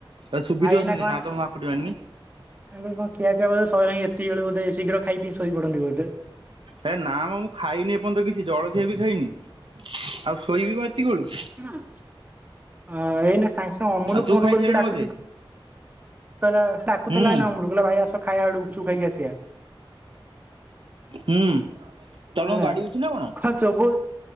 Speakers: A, on the right; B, on the right.
A: ତତେ ଶୁବିଥିବ
B: ଆଉ ଏଇନା
A: ସେନ୍ତି
B: କଣ
A: ନା ତ ମୁଁ ହାକୁଟି ମାରିନି।
B: ମୁଁ କଇଲି କଁ ଖିଆ ପିଆ ବୋଧେ ସଇଲାଇଁ ଏତିକି ଅଳୁ ବୋଧେ ଶୀଘ୍ର ଖାଇ ପିଇ ଶୋଇ ପଡ଼ନ୍ତି ବୋଧେ।
A: ହେ ନାଁ ମ ମୁଁ ଖାଇନି ଏପଅନ୍ତ କିଛି ଜଳଖିଆ ବି ଖାଇନି ଆଉ ଶୋଇବି କଁ ଏତିକି ଅଳୁ?
B: ନାଁ। ଅ ଏଇନା ସାଙ୍ଗେ ସାଙ୍ଗେ ଅମୁଲ
A: ଆଉ ତୁ
B: ଫୋନ୍
A: ଖାଇସାରିଲୁଣି
B: କରିକି ଡାକୁଚି
A: ବୋଧେ?
B: କହିଲା ସାକୁଥୁଲା
A: ହୁଁ
B: ଏଇନା ଅମୁଲୁ କହିଲା ଭାଇ ଆସ ଖାଇବା ଆଡ଼ୁ ଗୁପଚୁପ୍ ଖାଇକି ଆସିବା।
A: ହୁଁ। ତାର କଣ
B: ନାଁ
A: ଗାଡି ଅଛି ନା କଣ?
B: ଖର୍ଚ୍ଚ ବୋ